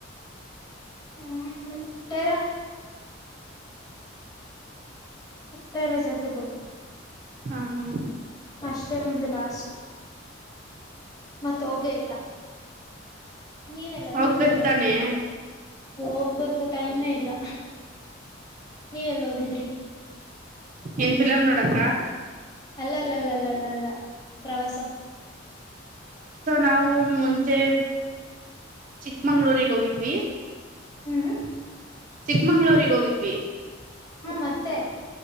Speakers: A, on the left; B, on the right.
A: ಹ್ಮ್ ಕುಟ್ಟಾರ ಕುಟ್ಟಾರ ಜಟ ಬ
B: ಹಾ ಹಾ
A: ಸ್ರಮ ದ ಲಾಸ್ಟ್ ಮತ್ತೋಗೆ ಇಗ ನೀವೆಲ್ಲಾದ್ರೂ
B: ಹೋಗ್ಬೇಕ್
A: ಹೋಗಿದ್ರನು
B: ತಾನೆ
A: ಹೋಗ್ಬೇಕ ಟೈಮೇ ಇಲ್ಲ ನೀವೆಲ್ಲ ಹೋಗಿದ್ರಿ
B: ಏನ್ ಫಿಲಮ್ ನೋಡಕ್ಕ
A: ಅಲ್ಲ ಅಲ್ಲ ಅಲ್ಲ ಅಲ್ಲ ಅಲ್ಲ ಅಲ್ಲ ಪ್ರವಾಸ
B: ನಾವುಂ ಮತ್ತೆ ಚಿಕ್ಕಮಂಗ್ಗಳೂರಿಗೆ ಹೋಗಿದ್ವಿ
A: ಹ್ಮ್
B: ಚಿಕ್ಮಂಗ್ಗಳೂರ್ರಿಗೆ ಹೋಗಿದ್ವಿ
A: ಹ್ಮ ಮತ್ತೆ